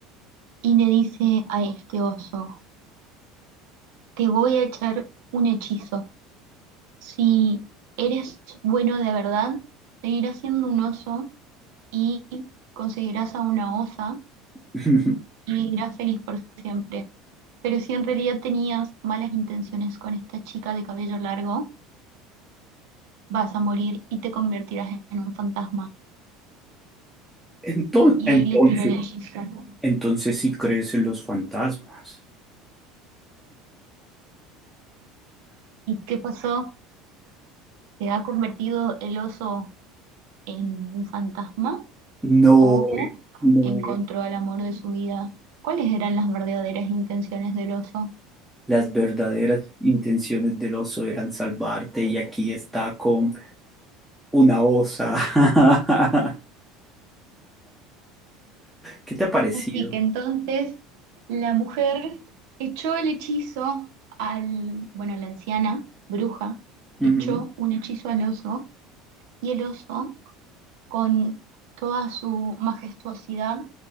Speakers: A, on the right; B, in the centre.
A: y le dice a este oso, te voy a echar un hechizo. Si eres bueno de verdad, seguirás siendo un oso y conseguirás a una osa
B: <laughs>
A: y vivirás feliz por siempre. Pero si en realidad tenías malas intenciones con esta chica de cabello largo, vas a morir y te convertirás en un fantasma.
B: Enton-
A: Y
B: Entonces,
A: ahí le tiró el hechizo. <laughs>
B: entonces, sí crees en los fantasmas.
A: ¿Y qué pasó? ¿Se ha convertido el oso en un fantasma
B: No,
A: o
B: no.
A: encontró al amor de su vida? ¿Cuáles eran las verdaderas intenciones del oso?
B: Las verdaderas intenciones del oso eran salvarte y aquí está con una osa. <laughs> ¿Qué te ha parecido?
A: Así que entonces la mujer echó el hechizo al, bueno, la anciana bruja
B: Ujú.
A: echó un hechizo al oso y el oso con toda su majestuosidad